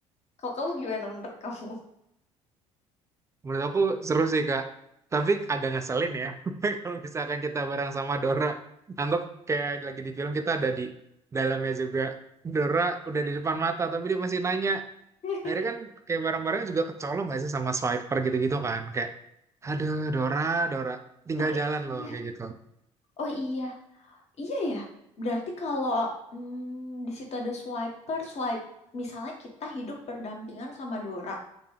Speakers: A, on the left; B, on the right.
A: Kalau kamu gimana menurut kamu?
B: Menurut aku seru sih kak. Tapi agak ngeselin ya. <laughs> Kalau misalkan kita bareng sama Dora, anggap kayak lagi di film kita ada di dalamnya juga. Dora udah di depan mata, tapi dia masih nanya.
A: <laughs>
B: Akhirnya kan kayak barang-barangnya juga kecolong gak sih sama swiper gitu-gitu kan? Kayak, aduh Dora, Dora, tinggal
A: Oh
B: jalan
A: iya,
B: loh kayak gitu.
A: oh iya, iya ya. Berarti kalau mm, di situ ada swiper, swipe. Misalnya kita hidup berdampingan sama Dora.